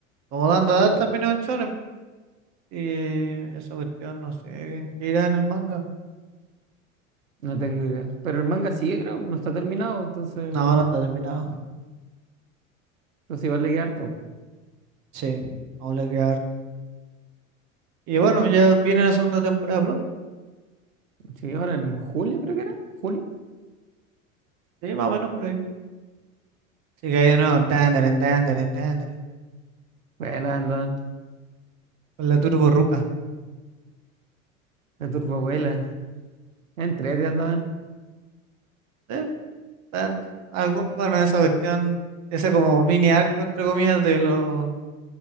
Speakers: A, on the right (about 40°); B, on the right (about 80°).
A: Como dando también es un shonen, y esa cuestión no sé en qué irá en el manga.
B: No tengo idea. Pero el manga sigue, creo, no está terminado, entonces,
A: No, no está terminado.
B: pues igual le queda harto.
A: Sí, aún le queda harto. Y bueno, ya viene la segunda temporada pronto.
B: Sí, ahora en julio creo que era, junio.
A: Sí, más o menos por ahí. Así que ahí de nuevo, dandaren, dandaren, dandaren.
B: Bueno, andaban,
A: Con la Turbo Ruca.
B: la turboabuela, entrete andaban.
A: Sí, está- algo, bueno, esa cuestión, ese como mini arco, entre comillas, de lo,